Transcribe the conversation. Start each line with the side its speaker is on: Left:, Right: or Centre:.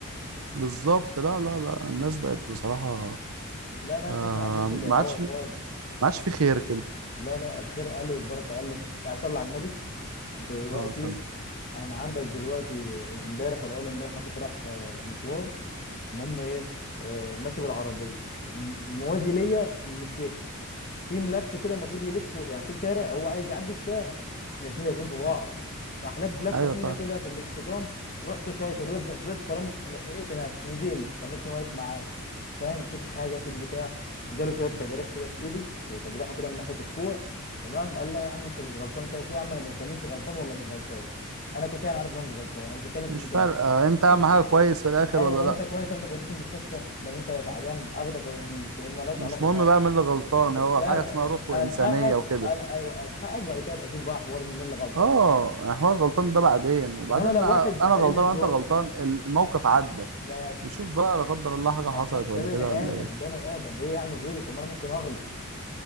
Right: بالظبط لا لا لا الناس بقت بصراحة
Left: لا لا
Right: آه
Left: الناس ما عدتش زي
Right: ما
Left: الاول
Right: عادش في
Left: خالص
Right: ما عادش في خير كده
Left: لا لا الخير قل والبركه قلت يعني صلي على النبي انت دلوقتي
Right: اه سلام
Left: انا عندك دلوقتي امبارح ولا اول امبارح انا كنت رايح آه، مشوار المهم ايه آه ماشي بالعربيه م- موازي ليا موتوسيكل في ملف كده المفروض يلفه يعني في شارع هو عايز يعدي الشارع احنا الاتنين لازقين في بعض راح لافف لفه
Right: ايوه
Left: سنه
Right: فاهم
Left: كده في الاكسدام رحت شايط يا دوبك رحت داس فرامل لحقت نفسي نزلت تنتني واقف معاه فاهم فيك حاجه فيك بتاع جاله شويه تجاريح كده في ايده وتجريحه كده من ناحيه الكوع تمام قال لا يا عم انت مش غلطان مش عارف إيه. قلت له يا عم انا ما بتكلمش غلطان ولا مش غلطان انا كده كده أنا عارف ان انا مش غلطان انا مش بتكلم
Right: مش
Left: في النقطه
Right: فارقة
Left: دي
Right: آه، انت اهم
Left: انت
Right: حاجة كويس في الاخر
Left: ايوه
Right: ولا لا
Left: انت كويس اخدك اوديك المستشفى لو انت تعبان اخدك اوديك هي مالهاش
Right: مش
Left: علاقه
Right: مهم
Left: خالص
Right: بقى مين اللي غلطان
Left: مش
Right: هو
Left: فارقه
Right: حاجة اسمها روح وانسانية
Left: الحقك
Right: وكده
Left: قال ايوه الحقك بعد كده ابقى اشوف بقى حوار مين اللي غلطان
Right: اه
Left: دي مش فارقه
Right: يعني هو الغلطان ده بعدين وبعدين
Left: انما لو
Right: انا
Left: واحد قليل
Right: غلطان
Left: الذوق
Right: وانت غلطان الموقف عدى
Left: بس
Right: نشوف بقى لا قدر الله حاجة
Left: أصل
Right: حصلت
Left: ده
Right: ولا
Left: ده بني
Right: كده
Left: ادم
Right: ولا ايه
Left: بني ادم ايه يعني غيري طب ما انا ممكن اغلط